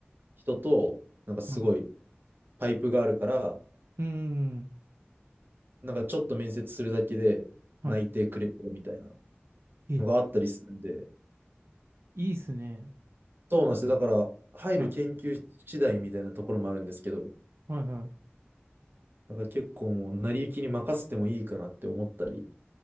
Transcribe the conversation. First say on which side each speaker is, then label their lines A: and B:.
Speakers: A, on the right; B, on the right.
A: 人と、なんかすごい
B: はい。
A: パイプがあるから、
B: うーん。
A: なんかちょっと面接するだけで内定くれるみたいな
B: はい。え、
A: のがあったりするんで、
B: いいっすね。
A: そうなんですよ。だから、入る研究室次第みたいなところもあるんですけど、
B: はい。はいはい。
A: だから結構もう、成り行きに任せてもいいかなって思ったり。